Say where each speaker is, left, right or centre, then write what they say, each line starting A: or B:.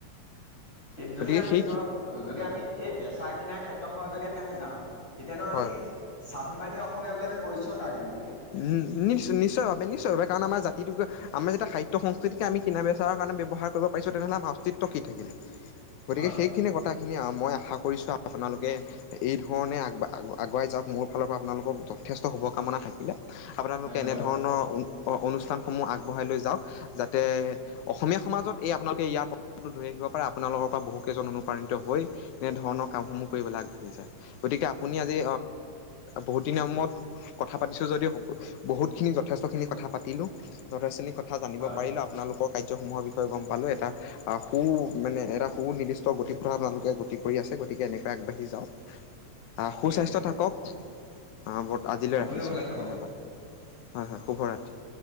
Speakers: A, on the left; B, on the left.
A: তে যদি
B: গতিকে
A: আমি
B: সেই
A: ধৰক যদি আমি এই বেচা কিনাৰ ক্ষেত্ৰত। খত যদি আমি যাওঁ। তেতিয়াানো আমি
B: হয়
A: চ। অভিমানী অসমীয়া বুলি আমি পৰিচয় কাক দিম। তেতিয়া
B: উম নিশ্চয় নিশ্চয় ভাৱ নিশ্চয় ভাবে কাৰণ আমাৰ জাতি। তিটো আমাৰ যেতিয়া সাহ্য সংস্কতিক আমি কিনা বেচাৰ কাৰণে ব্যৱহাৰ কৰিব পাৰছো তেতিয়া হ'লে আমাৰ অস্তিত্ব কি থাকিলে। গতিকে
A: হয়
B: সেইখিনি কথা। সেইখিনি মই আশা কৰিছোঁ আৰু আপোনালোকে এই ধৰণে আগ আগুৱাই যাওক মোৰ ফালৰ পৰা আপোনালোকক যথেষ্ট শুভকামনা থাকিলে। আপোনালোকে
A: ধন্যবাদ
B: এনেধৰণৰ। অনুষ্ঠানসমূহ আগবঢ়াই লৈ যাওক যাতে। অসমীয়া সমাজত এই আপোনালোকে ইয়াৰ প্ৰভাৱটো ধৰি ৰাখিব পাৰে আপোনালোকৰ পৰা বহুকেইজন অনুপ্ৰাণিত হৈ এনেধৰণৰ কামসমূহ কৰিবলৈ আগবাঢ়ি যায় গতিকে আপুনি আজি বহুদিনৰ মূৰত কথা পাতিছোঁ যদিও। বহুতখিন যথেষ্টখিনি কথা পাতিলো। কথা জানিব
A: হয়
B: পাৰিলে আপোনালোকক। কাৰ্যসমূহৰ বিষয়ে গম পালো এটা সু মানে এটা সুনিৰ্দিষ্ট গতিপথ আপোনালোকে গতি কৰি আছে গতিকে এনেকৈ আগবাঢ়ি যাওঁ। আহ
A: ঠিক
B: সুস্বাস্থ্য
A: আছে দিয়ক
B: থাকক। অঁ বত আজিলৈ
A: আপুনিও
B: ৰাখিছোঁ
A: ভালে থাকক
B: ধন্যবাদ। হয় হয় শুভ ৰাত্ৰি।